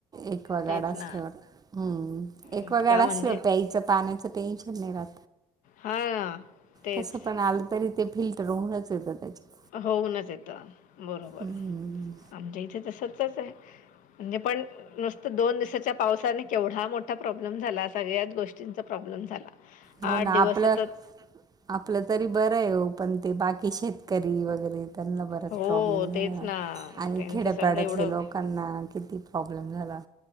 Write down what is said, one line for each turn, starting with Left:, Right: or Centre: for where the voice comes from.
Right: ऍकवागार्ड
Left: तेच
Right: असल्यावर
Left: ना
Right: हम्म ऍकवागार्ड
Left: इतका
Right: असल्यावर
Left: म्हणजे
Right: प्यायचं पाण्याचं टेन्शन नाही रहात,
Left: हा ना तेच
Right: कस पण आलं तरी ते फिल्टर होऊनच येतं त्याच्यात.
Left: होऊनच येतं बरोबर
Right: हम्म.
Left: आमच्या इथे तसच आहे. म्हणजे पण नुसतं दोन दिवसाच्या पावसाने केवढा मोठा मोठा प्रॉब्लेम झाला सगळ्याच गोष्टींचा प्रॉब्लेम झाला.
Right: हो
Left: आठ
Right: ना
Left: दिवस
Right: आपलं
Left: सतत
Right: आपलं तरी बरं आहे हो पण ते बाकी शेतकरी वगैरे त्यांना बराच
Left: हो
Right: प्रॉब्लेम झाला.
Left: तेच ना
Right: आणि
Left: त्यांचं
Right: खेड्यापाड्यातले
Left: सगळं एवढं
Right: लोकांना किती प्रॉब्लेम झाला.